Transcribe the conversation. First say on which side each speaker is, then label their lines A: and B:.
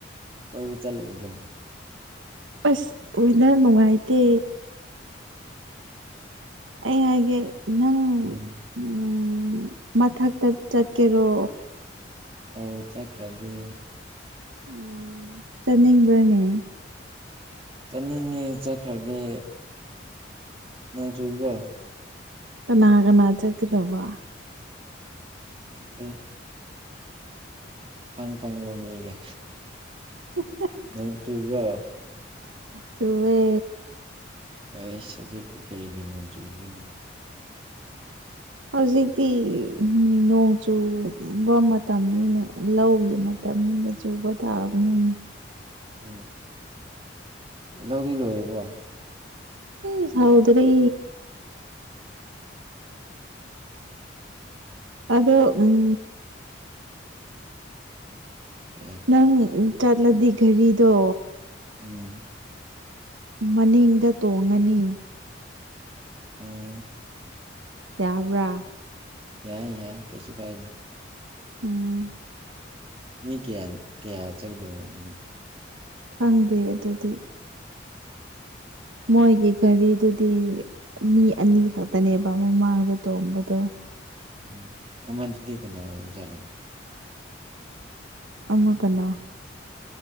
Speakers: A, on the right; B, on the right.
A: ꯀꯣꯏꯕ ꯆꯠꯂꯣꯏꯗ꯭ꯔꯣ
B: ꯑꯁ ꯋꯦꯗ꯭ꯔ ꯅꯨꯡꯉꯥꯏꯇꯦ
A: ꯎꯝ
B: ꯑꯩ ꯍꯥꯏꯒꯦ ꯅꯪ
A: ꯎꯝ
B: ꯎꯝ ꯃꯊꯛꯇ ꯆꯠꯀꯦꯔꯣ
A: ꯑꯧ ꯆꯠꯈ꯭ꯔꯒꯦ
B: ꯎꯝ ꯆꯅꯤꯡꯕ꯭ꯔꯥꯅꯦ
A: ꯆꯠꯅꯤꯡꯉꯦ ꯆꯠꯈ꯭ꯔꯒꯦ ꯅꯣꯡ ꯆꯨꯕ꯭ꯔꯣ
B: ꯀꯅꯥ ꯀꯅꯥ ꯆꯠꯀꯗꯧꯕ
A: ꯈꯪꯗꯦ ꯐꯪ ꯐꯪꯕ ꯃꯤꯒ
B: <unintelligible>
A: ꯅꯣꯡ ꯆꯨꯕ꯭ꯔꯣ
B: ꯆꯨꯋꯦ
A: ꯑꯩꯁ ꯍꯧꯖꯤꯛꯄꯣ ꯀꯔꯤꯒꯤ ꯅꯣꯡ ꯆꯨꯕ꯭ꯔꯥꯅꯦ
B: ꯍꯧꯖꯤꯛꯇꯤ ꯎꯝ ꯅꯣꯡ ꯆꯨꯕ ꯃꯇꯝꯅꯤꯅ ꯂꯧꯒꯤ ꯃꯇꯝꯅꯤꯅ ꯆꯨꯕ ꯇꯥꯕꯅꯤꯅꯦ
A: ꯎꯝ ꯂꯧꯗꯤ ꯂꯣꯏꯔꯕꯣ
B: ꯏꯁ ꯍꯧꯗ꯭ꯔꯤ
A: ꯎꯝ
B: ꯑꯗꯣ ꯎꯝ
A: ꯀꯩ
B: ꯅꯪ ꯆꯠꯂꯗꯤ ꯘꯥꯔꯤꯗꯣ
A: ꯎꯝ
B: ꯃꯅꯤꯡꯗ ꯇꯣꯡꯉꯅꯤ
A: ꯑꯣ
B: ꯌꯥꯕ꯭ꯔꯥ
A: ꯌꯥꯏ ꯌꯥꯏ ꯀꯩꯁꯨ ꯀꯥꯏꯗꯦ
B: ꯎꯝ
A: ꯃꯤ ꯀꯌꯥ ꯀꯌꯥ ꯆꯠꯀꯗꯣꯏꯂꯣ ꯑꯗꯨꯗꯤ
B: ꯈꯪꯗꯦ ꯑꯗꯨꯗꯤ ꯃꯣꯏꯒꯤ
A: ꯎꯝ
B: ꯒꯥꯔꯤꯗꯨꯗꯤ ꯃꯤ ꯑꯅꯤ ꯈꯛꯇꯅꯦꯕ ꯃꯃꯥꯡꯗ ꯇꯣꯡꯕꯗꯣ
A: ꯎꯝ ꯑꯃꯗꯨꯗꯤ ꯀꯅꯥ ꯑꯣꯏꯕꯖꯥꯠꯔꯣ
B: ꯑꯃ ꯀꯅꯥ?